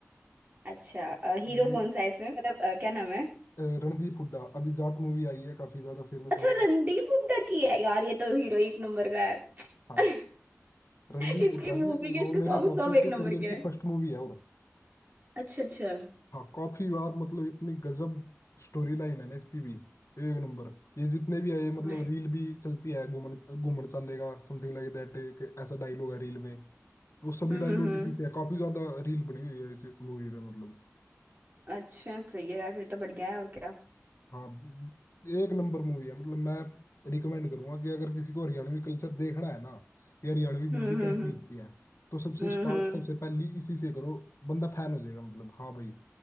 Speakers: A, on the right (about 35°); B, on the left (about 70°).
A: अच्छा अ, हीरो
B: रंग
A: कौन सा है इसमें मतलब अ, क्या नाम है
B: अ, रणदीप हुड्डा अभी जाट मूवी आई है काफी ज्यादा फेमस
A: अच्छा
B: वो
A: रणदीप हुड्डा की है यार ये तो हीरो एक नंबर का है
B: हाँ
A: <laughs>
B: रणदीप
A: इसकी
B: हुड्डा
A: मूवी
B: की
A: के इसके
B: वो
A: सॉन्ग
B: मेरे हिसाब
A: सब
B: से उसके
A: एक नंबर
B: करियर
A: के हैं
B: की फर्स्ट मूवी है और
A: अच्छा अच्छा
B: हाँ काफी बार मतलब इतनी गजब स्टोरी लाइन है ना इसकी भी एक नंबर ये जितने भी आए मतलब
A: और-
B: रील भी चलती है घूमन घूमन चलेगा समथिंग लाइक दैट एक ऐसा डायलॉग है रील में वो सभी
A: हम्म
B: डायलॉग
A: हम्म हम्म
B: इसी से है काफी ज्यादा रील बनी हुई है इस मूवी में मतलब
A: अच्छा सही है यार फिर तो बढ़ गया है और क्या
B: हाँ एक नंबर मूवी है मतलब मैं रिकमेंड करूंगा कि अगर किसी को हरियाणवी कल्चर देखना है ना कि हरियाणवी
A: हम्म
B: मूवी कैसी
A: हम्म हम्म
B: होती है तो सबसे
A: हम्म
B: स्टार्ट
A: हम्म।
B: सबसे पहली इसी से करो बंदा फैन हो जाएगा मतलब हाँ भाई